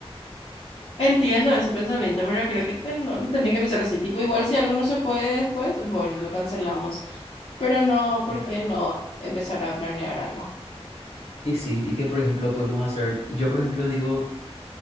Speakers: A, on the left; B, on the left.
A: Entiendo ese pensamiento, pero creo que te- no, no tenés que pensar así. Tipo, igual si algo no se puede después, bueno, lo cancelamos. Pero no, ¿por
B: Mm.
A: qué no empezar a planear algo?
B: Y sí, y que por ejemplo podemos hacer, yo por ejemplo digo,